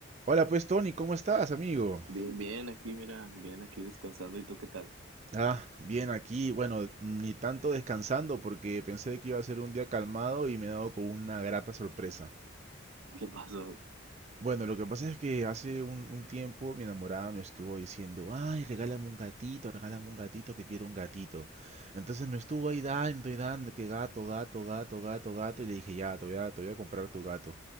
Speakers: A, on the right; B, on the right.
A: Hola pues Tony, ¿cómo estás, amigo?
B: Bien, bien, aquí, mira, bien, aquí descansando. ¿Y tú qué tal?
A: Ah, bien aquí, bueno, ni tanto descansando porque pensé que iba a ser un día calmado y me he dado con una grata sorpresa.
B: <laughs> ¿Qué pasó?
A: Bueno, lo que pasa es que hace un, un tiempo mi enamorada me estuvo diciendo, ay, regálame un gatito, regálame un gatito, que quiero un gatito. Entonces me estuvo ahí dando y dando, que gato, gato, gato, gato, gato, y le dije, ya, te voy a, te voy a comprar tu gato.